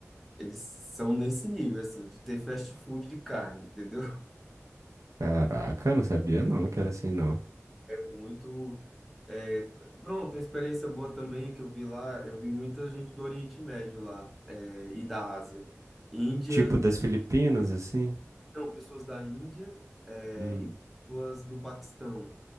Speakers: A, in the centre; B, on the right.
A: Eles são nesse nível, assim, de ter fast food de carne, entendeu?
B: Caraca, não sabia não que era assim, não.
A: muito. É, pronto, uma experiência boa também que eu vi lá, eu vi muita gente do Oriente Médio lá, é, e da Ásia. Índia,
B: Tipo das Filipinas, assim?
A: não, pessoas da Índia, é,
B: Hum,
A: e pessoas do Paquistão.